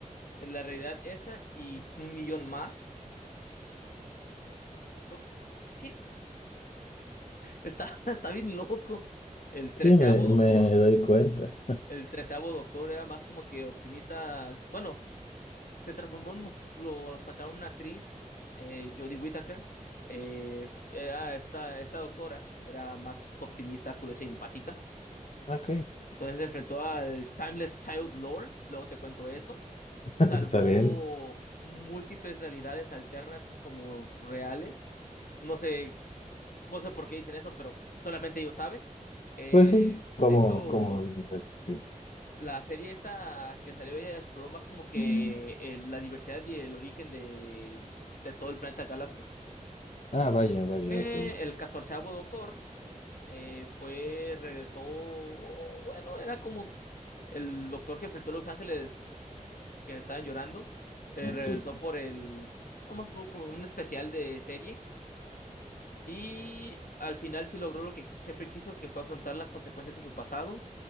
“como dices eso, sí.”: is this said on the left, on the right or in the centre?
Left